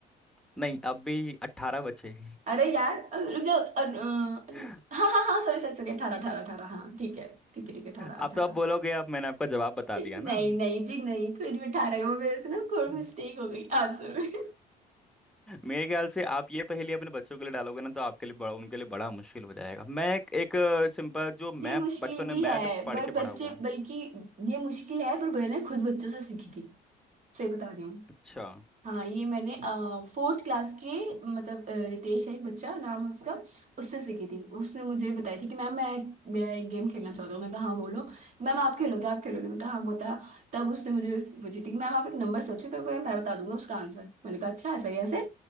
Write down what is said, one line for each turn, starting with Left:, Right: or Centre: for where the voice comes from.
Centre: नहीं अब भी अट्ठारह बचे
Right: अरे यार अ, रुक जाओ अ, अ,
Centre: <laughs>
Right: हाँ हाँ हाँ सॉरी सॉरी सॉरी अठारह अठारह अठारह हाँ ठीक है ठीक है ठीक है अठारह अठारह
Centre: आप तो अब बोलोगे अब मैंने आपका जवाब बता
Right: नहीं
Centre: दिया ना
Right: नहीं जी नहीं फिर भी अठारह है वो मेरे से ना थोड़ी
Centre: <laughs>
Right: मिस्टेक हो गई आप सॉरी
Centre: मेरे ख्याल से आप ये पहेली अपने बच्चों के लिए डालोगे ना तो आपके लिए बड़ा उनके लिए बड़ा मुश्किल हो जाएगा मैं एक, एक अ, सिंपल जो मैं
Right: ये मुश्किल
Centre: बचपन
Right: भी
Centre: में मैं
Right: है
Centre: जब पढ़
Right: पर
Centre: के
Right: बच्चे
Centre: बड़ा हुआ हूँ
Right: बल्कि ये मुश्किल है पर मैंने खुद बच्चों से सीखी थी सही बता रही हूँ
Centre: अच्छा
Right: हाँ ये मैंने फोर्थ क्लास के मतलब अ, रितेश है एक बच्चा नाम है उसका उससे सीखी थी उसने मुझे बताई थी कि मैम मैं मैं एक गेम खेलना चाहता हूँ मैं कहा हाँ बोलो मैम आप खेलोगे आप खेलोगे मैं कहा हाँ बता तब उसने मुझे पूछी थी कि मैम आप एक नंबर सोचो फिर मैं मैं बता दूंगा उसका आंसर मैंने कहा अच्छा ऐसा कैसे